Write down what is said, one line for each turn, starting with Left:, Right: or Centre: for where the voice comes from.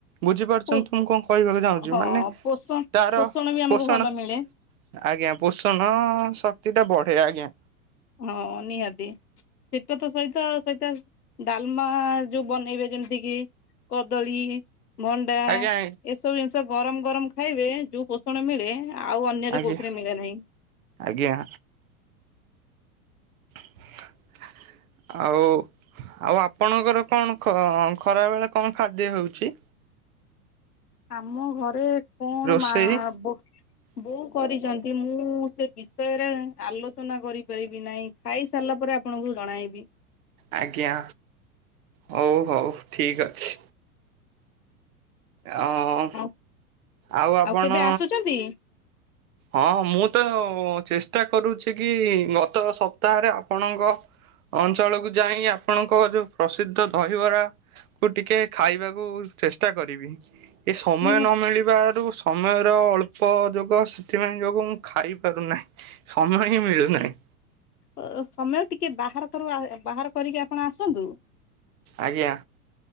Right: ବୁଝିପାରୁଚନ୍ତି
Left: ପୋ
Right: ତ ମୁଁ କଣ କହିବାକୁ ଚାହୁଁଛି
Left: ହଁ
Right: ମାନେ
Left: ପୋଷଣ
Right: ତାର
Left: ପୋଷଣ ବି ଆମକୁ
Right: ପୋଷଣ
Left: ଭଲ ମିଳେ
Right: ଆଜ୍ଞା ପୋଷଣ ଶକ୍ତି ଟା ବଢେ ଆଜ୍ଞା।
Left: ହଁ ନିହାତି। ସେଇଟା ତ ସହିତ ସହିତ ଡାଲମା ଯୋଉ ବନେଇବେ ଯେମିତି କିି କଦଳୀ ଭଣ୍ଡା
Right: ଆଜ୍ଞା
Left: ଏସବୁ ଜିନିଷ ଗରମ ଗରମ ଖାଇବେ ଯୋଉ ପୋଷଣ ମିଳେ ଆଉ ଅନ୍ୟରେ
Right: ଆଜ୍ଞା
Left: କୋଉଥିରେ ମିଳେ ନାହିଁ।
Right: ଆଜ୍ଞା। ହା ହା ଆଉ ଆଉ ଆପଣଙ୍କର କଣ ଖ ଖରାବେଳେ କଣ ଖାଦ୍ୟ ହେଉଚି?
Left: ଆମ ଘରେ କଣ
Right: ରୋଷେଇ
Left: ମା ଵ ବୋଉ କରିଚନ୍ତି ମୁଁ ସେ ବିଷୟରେ ଆଲୋଚନା କରିପାରିବି ନାହିଁ। ଖାଇ ସାରିଲା ପରେ ଆପଣଙ୍କୁ ଜଣାଇବି?
Right: ଆଜ୍ଞା ହୋଉ ହୋଉ ଠିକ୍ ଅଛି। ହଁ ଉଁ
Left: ଆଉ
Right: ଆଉ ଆପଣ
Left: କେବେ ଆସୁଛନ୍ତି
Right: ହଁ ମୁଁ ତ ଚେଷ୍ଟା କରୁଚି କି ଗତ ସପ୍ତାହରେ ଆପଣଙ୍କ ଅଞ୍ଚଳକୁୁ ଯାଇ ଆପଣଙ୍କ ଯୋଉ ପ୍ରସିଦ୍ଧ ଦହିବରା କୁ ଟିକେ ଖାଇବାକୁ ଚେଷ୍ଟା କରିବି ଏ ସମୟ
Left: ନିହା
Right: ନ ମିଳିବାରୁ ସମୟର ଅଳ୍ପ ଯୋଗ ସେଥିପାଇଁ ଯୋଗୁଁ ମୁଁ ଖାଇପାରୁନାହିଁ ସମୟ ହିଁ ମିଳୁନାହିଁ।
Left: ଅ ଅ ସମୟ ଟିକେ ବାହାର କରୁ ଆ ବାହାର କରିକି ଆପଣ ଆସନ୍ତୁ?
Right: ଆଜ୍ଞା।